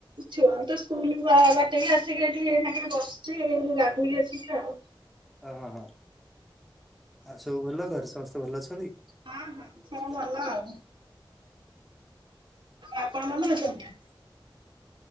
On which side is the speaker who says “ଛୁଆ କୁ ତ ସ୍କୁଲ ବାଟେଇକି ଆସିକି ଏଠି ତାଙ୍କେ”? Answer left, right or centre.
Right